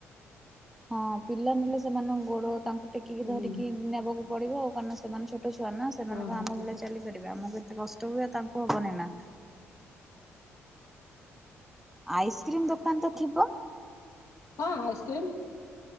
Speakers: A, in the centre; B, on the left.
A: ହଁ ପିଲା ନେଲେ ସେମାନେ ଗୋଡ ତାଙ୍କୁ ଟେକିକି
B: ହୁଁ
A: ଧରିକି ନେବାକୁ ପଡିବ ଆଉ କାରଣ ସେମାନେ ଛୋଟ ଛୋଟ ଛୁଆ ନା ସେମାନଙ୍କ
B: ହଁ ହଁ
A: ଆମ ଭଳିଆ ଚାଲିପାରିବେ ଆମକୁ ଏତେ କଷ୍ଟ ହୁଏ ତାଙ୍କୁ ହବନି ନା। ଆଇସ୍କ୍ରିମ ଦୋକାନ ତ ଥିବ?
B: ହଁ ଆଇସ୍କ୍ରିମ